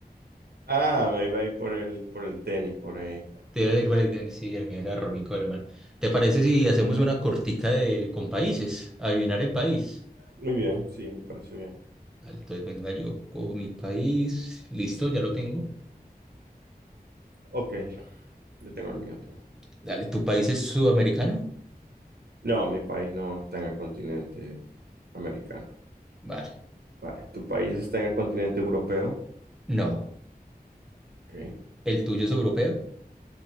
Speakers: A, on the right; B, in the centre.
A: Ah, me iba a ir por el, por el tenis, por ahí.
B: Te iba a decir, vale, sí, el mío era Rónico Alemán. ¿Te parece si hacemos una cortica de con países? Adivinar el país.
A: Muy bien, sí, me parece bien.
B: Dale, entonces venga, yo cojo mi país. Listo, ya lo tengo.
A: Ok, yo tengo el mío todo.
B: Dale, ¿tu país es sudamericano?
A: No, mi país no está en el continente americano.
B: Vale.
A: Vale, ¿tu país está en el continente europeo?
B: No.
A: Ok,
B: ¿El tuyo es europeo?